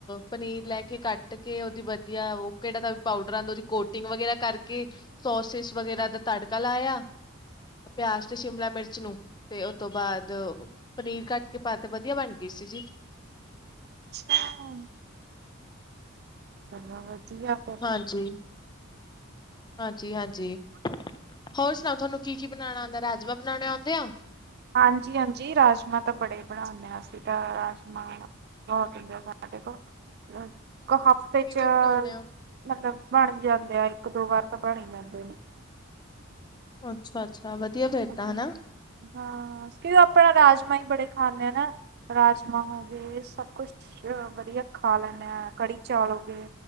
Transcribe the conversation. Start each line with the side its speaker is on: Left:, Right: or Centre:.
Left: ਪਨੀਰ ਲੈ ਕੇ ਕੱਟ ਕੇ ਉਹਦੀ ਵਧੀਆ ਉਹ ਕਿਹੜਾ ਦਾ ਵੀ ਪਾਊਡਰ ਆਉਂਦਾ ਉਹਦੀ ਕੋਟਿੰਗ ਵਗੈਰਾ ਕਰਕੇ ਸੋਸਿਸ ਵਗੈਰਾ ਦਾ ਤੜਕਾ ਲਾਇਆ ਪਿਆਜ ਤੇ ਸ਼ਿਮਲਾ ਮਿਰਚ ਨੂੰ ਤੇ ਉਹ ਤੋਂ ਬਾਅਦ ਪਨੀਰ ਕੱਟ ਕੇ ਪਾ ਤਾ ਵਧੀਆ ਬਨ ਗਈ ਸੀ ਜੀ
Right: <unintelligible> <unintelligible> ਵਦੀਆ। <inaudible>
Left: ਹਾਂਜੀ, ਹਾਂਜੀ, ਹਾਂਜੀ ਹੋਰ ਸਣਾਓ ਥੋਨੂੰ ਕੀ, ਕੀ ਬਨਾਣਾ ਆਂਦਾ? ਰਾਜਮਾਂ ਬਨਾਣੇ ਆਉਂਦੇ ਆ?
Right: ਹਾਂਜੀ, ਹਾਂਜੀ ਰਾਜਮਾ ਤਾਂ ਬੜੇ ਈ ਬਣਾਓਨੇ ਆਂ ਅਸੀਂ ਤਾਂ ਰਾਜਮਾ। ਬੋਤ ਹੁੰਦੇ ਆ ਸਾਡੇ ਕੋਲ <unintelligible>
Left: ਕਿਵੇਂ
Right: ਚੌਲ਼
Left: ਬਣਾਉਣੇ ਹੋ?
Right: ਮਤਲਬ ਬਣ ਜਾਂਦੇ ਆ, ਇੱਕ ਦੋ ਵਾਰ ਤਾਂ ਬਣ ਈ ਜਾਂਦੇ ਨੇ।
Left: ਅੱਛਾ, ਅੱਛਾ ਵਧੀਆ ਫੇਰ ਤਾ
Right: ਹਾਂਜੀ
Left: ਹਨਾ।
Right: ਹਾਂ, ਕਿਓ ਆਪਾਂ ਰਾਜਮਾਂ ਈ ਬੜੇ ਖਾਂਨੇ ਆ ਨਾ, ਰਾਜਮਾਂ ਹਾ। ਸਬ ਕੁਸ਼ ਵਧੀਆ ਖਾ ਲੈਂਨੇ ਆ, ਕੜੀ ਚੌਲ ਹੋਗੇ।